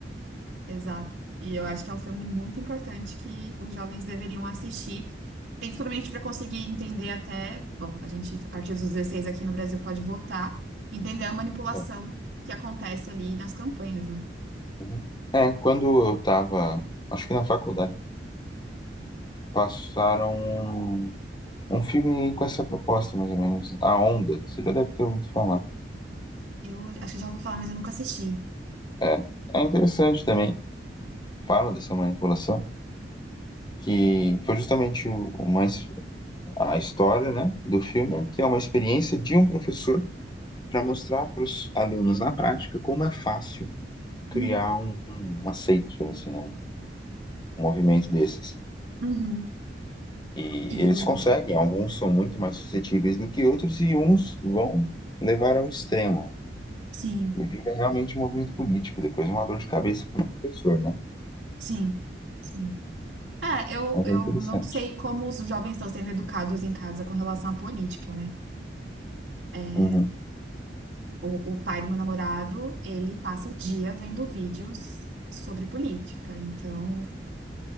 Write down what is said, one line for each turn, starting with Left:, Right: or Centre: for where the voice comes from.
Right: Exato. E eu acho que é um filme muito importante que os jovens deveriam assistir, principalmente para conseguir entender até, bom, a gente, a partir dos 16 aqui no Brasil, pode votar, entender a manipulação
Left: É,
Right: que acontece ali nas campanhas, né?
Left: uhum. É, quando eu tava, acho que na faculdade, passaram um, um filme com essa proposta, mais ou menos. A Onda, você já deve ter ouvido falar.
Right: Eu acho que já ouvi falar, mas eu nunca assisti.
Left: É, é interessante também, fala dessa manipulação, que foi justamente o, o mais a história, né, do filme, que é uma experiência de um professor para mostrar para os alunos na prática como é fácil criar
Right: Uhum.
Left: um, um- uma seita, digamos assim, né, um, um movimento desses.
Right: Uhum.
Left: E
Right: E
Left: eles conseguem, alguns são muito mais suscetíveis do que outros e uns vão levar ao extremo.
Right: sim,
Left: E vira realmente um movimento político, depois uma dor de cabeça para o professor, né?
Right: sim, sim. É, eu,
Left: Mas
Right: eu
Left: é interessante.
Right: não sei como os jovens estão sendo educados em casa com relação à política, né? É,
Left: Uhum.
Right: O, o pai do meu namorado, ele passa o dia vendo vídeos sobre política. Então,